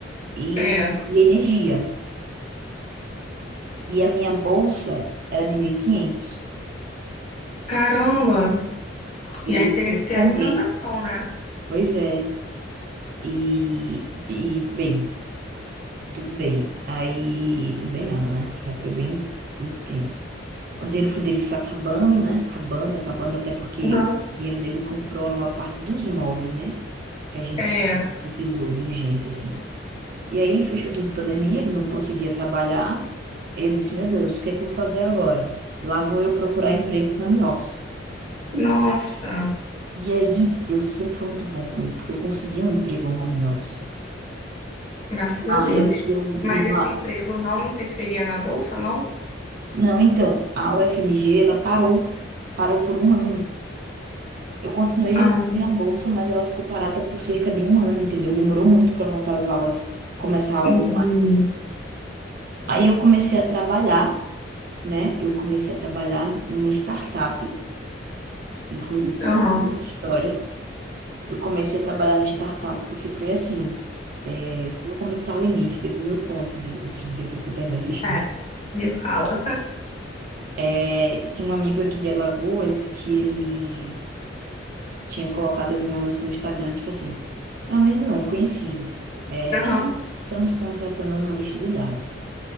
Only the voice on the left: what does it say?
É,
caramba. E
aí
teria
que ter
alimentação, né?
Uhum.
É,
nossa,
graças
a Deus.
Mas
esse emprego não interferia na bolsa, não?
Ah,
entendi.
Aham,
É, me fala.
Aham,